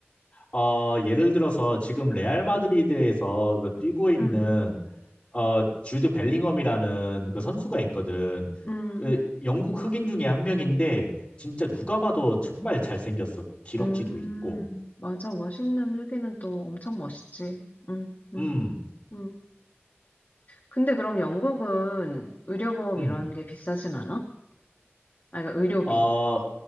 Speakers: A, on the left (about 25°); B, on the left (about 40°).
A: 어 예를 들어서 지금 레알 마드리드에서 그 뛰고 있는
B: 응,
A: 어, 주드 벨링엄이라는 그 선수가 있거든.
B: 응.
A: 그 영국 흑인 중에 한 명인데 진짜 누가 봐도 정말 잘생겼어. 기럭지도
B: 음,
A: 있고.
B: 맞아. 멋있는 흑인은 또 엄청 멋있지. 음, 음,
A: 음,
B: 음. 근데 그럼 영국은 의료보험
A: 음.
B: 이런 게 비싸진 않아? 아, 그러니까 의료비.
A: 어,